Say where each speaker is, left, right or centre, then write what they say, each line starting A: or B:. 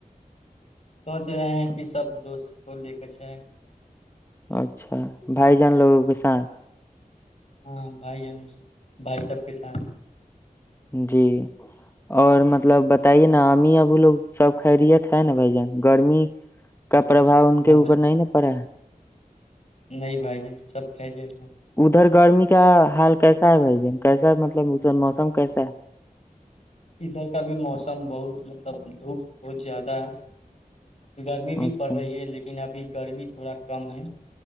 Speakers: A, on the left; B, on the left.
A: سوچ رہے ہیں کہ سب دوست کو لے کر جیں
B: اچھا بھائی جان لوگ ا کے سات
A: ہاں بھائی جن بھائی سب کے ساتھ
B: جی اور مطلب بتائیے نا امی ابو لوگ سب خیریت ہے نا بھائی جان گرمی کا پرباؤ ان کے
A: ہاں
B: اوپر نہیں ن پڑا ہے
A: نہیں بھائی جان سب کھہ دیا تھا
B: ادھر گرمی کا حال کیسا ہے بھائی ج کیسا مطلب اس موسم کیسا ہے
A: ادھر کا بھی موسم بہت مطلب دھوپ بہت زیادہ ہے گرمی بھی
B: اچھا
A: پڑ رہی ہے لیکن ابھی گرمی تھوڑا کم ہے